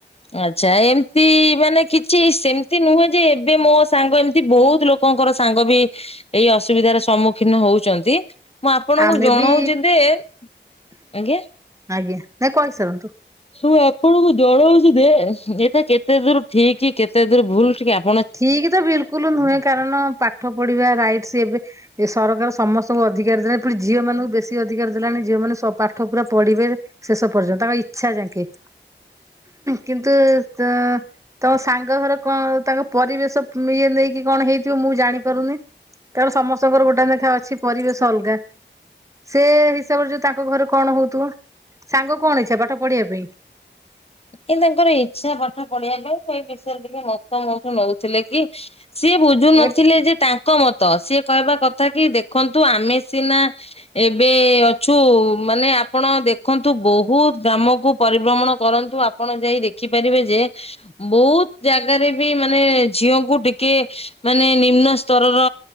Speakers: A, on the left; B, on the right.
A: ଆଚ୍ଛା ଏମିତି ମାନେ କିଛି ସେମିତି ନୁହେଁ ଯେ ଏବେ ମୋ ସାଙ୍ଗ ଏମିତି ବହୁତ ଲୋକ କଙ୍କର ସାଙ୍ଗ ବି ଏଇ ଅସୁବିଧାର ସମ୍ମୁଖୀନ ହଉଚନ୍ତି। ମୁଁ ଆପଣଙ୍କୁ
B: ଆମେ
A: ଜଣଉଚି
B: ବି
A: ଯେ ଆଜ୍ଞା।
B: ଆଜ୍ଞା ନାଇଁ କହିସାରନ୍ତୁ।
A: ତୁ ଆପଣଙ୍କୁ ଜଣଉଚି ଯେ ଏଇଟା କେତେ ଦୂର ଠିକ କେତେ ଦୂର ଭୁଲ ଟିକେ ଆପ
B: ଠିକ ତ ବିଲକୁଲ ନୁହେଁ କାରଣ ପାଠ ପଢିବା ରାଇଟସ ଏବେ ଏ ସରକାର ସମସ୍ତଙ୍କୁ ଅଧିକାର ଦେଲେ। ପୁଣି ଝିଅ ମାନଙ୍କୁ ବେଶୀ ଅଧିକାର ଦେଲାଣି। ଝିଅ ମାନ ପାଠ ପୁରା ପଢିବେ। ଶେଷ ପର୍ଯ୍ୟନ୍ତ ତାଙ୍କ ଇଚ୍ଛା ଯାକେ। କିନ୍ତୁ ତ ତ ସାଙ୍ଗ ଘର କଣ ତାଙ୍କ ପରିବେଶ ଇଏ ନେଇକି କଣ ହେଇଥିବ ମୁଁ ଜାଣି ପାରୁନି। କାରଣ ସମସ୍ତଙ୍କର ଗୋଟେ ନେଖା ଅଛି ପରିବେଶ ଅଲଗା। ସେ ହିସାବରେ ଯୋଉ ତାଙ୍କ ଘରେ କଣ ହଉଥିବ, ସାଙ୍ଗ କଣ ଇଚ୍ଛା ପାଠ ପଢିବା ପାଇଁ?
A: ଏ ତାଙ୍କର ଇଚ୍ଛା ପାଠ ପଢିବା ପାଇଁ ସେଇ ବିଷୟରେ ଟିକେ ମତ ମୋଠୁ ନଉଥିଲେ କି ସିଏ ବୁଝୁ ନଥିଲେ
B: ଏ
A: ଯେ ତାଙ୍କ ମତ। ସିଏ କହିବା କଥା କି ଦେଖନ୍ତୁ ଆମେ ସିନା ଏବେ ଅଛୁ ମାନେ ଆପଣ ଦେଖନ୍ତୁ ବହୁତ ଗ୍ରାମକୁ ପରିଭ୍ରମଣ କରନ୍ତୁ। ଆପଣ ଯାଇ ଦେଖିପାରିବେ ଯେ ବହୁତ ଜାଗାରେ ବି ମାନେ ଝିଅଙ୍କୁ ଟିକେ ମାନେ ନିମ୍ନ ସ୍ତରର